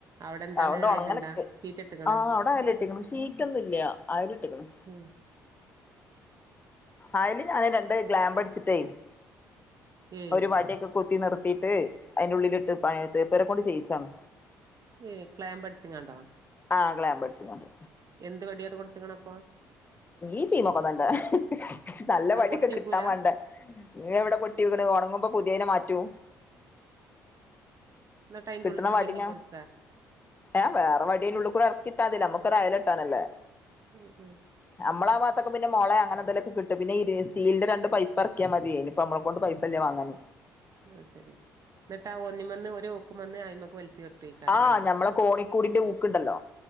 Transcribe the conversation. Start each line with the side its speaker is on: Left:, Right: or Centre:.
Right: അവിടെ എന്താണ്
Left: അത് കൊണ്ട്
Right: അയല്ണ്ടാ
Left: ഉണങ്ങല്ണ്ട്
Right: സീറ്റ് ഇട്ട്ക്ക്ണോ
Left: ആഹ് അവിടെ അയല് കെട്ടിക്ക്ണ് ഷീറ്റൊന്നും ഇല്ല അയല് ഇട്ട്ക്ക്ണ്
Right: ഉം
Left: അയില് ഞാൻ രണ്ട് ഗ്ലാംമ്പ് അടിച്ചിട്ടേ
Right: ഏയ്
Left: ഒരു വടിയൊക്കെ കുത്തി നിർ ത്തീട്ട് അയിന്റുള്ളിലിട്ട് പയെ തേപ്പരെകൊണ്ട് ടീച്ചാണ്
Right: ഏഹ്‌ ക്ലാമ്പ് അടിച്ചിങ്ങാണ്ടോ
Left: ആഹ്‌ ക്ലാമ്പ് അടിച്ചിങ്ങാണ്ട്
Right: എന്ത് വെടിയോട് കൊടുത്തങ്ങണ അപ്പൊ
Left: ഈ ചീമൊക്കെന്നന്റെ നല്ല
Right: അത്
Left: വടിയൊക്കെ
Right: പൊട്ടിയോക്കൂല
Left: കിട്ടാൻ വേണ്ടേ എവിടെ പൊട്ടിവിക്ണ് ഒണങ്ങുമ്പോ പുതിയേനെ മാറ്റും
Right: ന്നട്ട് അയിന്റെ
Left: കിട്ടുന്ന
Right: ഉള്ള്ത്തിൽ
Left: വടിന
Right: പിന്നിം കൊടുക്കാ
Left: ഏ വേറെ വടിൽ ഉള്ളൂ കൂടെ ഇറയ്ക്കിട്ടാതില്ലമ്മക്ക് ഒര അയൽ കെട്ടനല്ലേ
Right: ഉം ഉം
Left: അമളാവാത് ഇപ്പൊ പിന്നേ മൊള അങ്ങെന്തെലക്കെ കിട്ടും പിന്നെ ഈ ഇത് സ്റ്റീലിന്റെരണ്ട് പൈപ്പ് അറക്കിയാമതി ഇപ്പ നമ്മള കൊണ്ട് പൈസല്ല വാങ്ങാൻ
Right: ആഹ് ശരി എന്നിട്ടാ ഒന്നി വന്ന് ഒരു ഓക്കുമ്മന്ന് അയിമക്ക് വലിച്ച് കെട്ടേക്കാരല്ലേ
Left: ആഹ ഞമ്മളെ കോണിക്കൂടിന്റെ ഊക്കുണ്ടല്ലോ